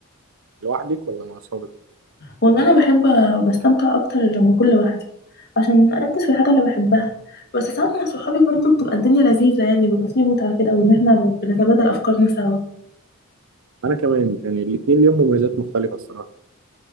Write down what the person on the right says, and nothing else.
لوحدك ولا مع اصحابك
انا كمان يعني الاثنين ليهم مميزات مختلفه الصراحه